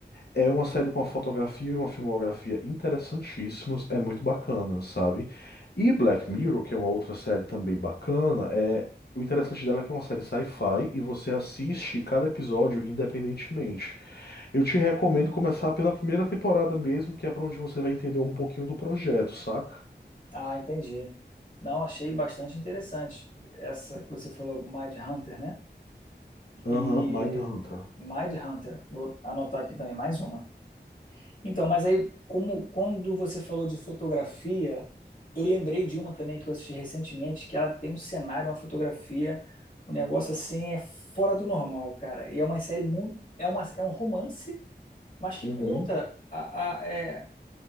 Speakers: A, on the left; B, on the left.
A: É uma série com uma fotografia e uma filmografia interessantíssimos, é muito bacana, sabe? E Black Mirror, que é uma outra série também bacana, é o interessante dela é que é uma série sci-fi e você assiste cada episódio independentemente. Eu te recomendo começar pela primeira temporada mesmo, que é pra onde você vai entender um pouquinho do projeto, saca?
B: Ah, entendi. Não, achei bastante interessante. Essa que você falou, Mind Hunter, né?
A: Aham,
B: E
A: Mindhunter.
B: Mind Hunter. Vou anotar aqui também mais uma. Então, mas aí, como quando você falou de fotografia, eu lembrei de uma também que eu assisti recentemente, que ela tem um cenário, uma fotografia, um negócio assim é fora do normal, cara. E é uma série muito, é uma, é um romance, mas que
A: Uhum,
B: conta a, a, é,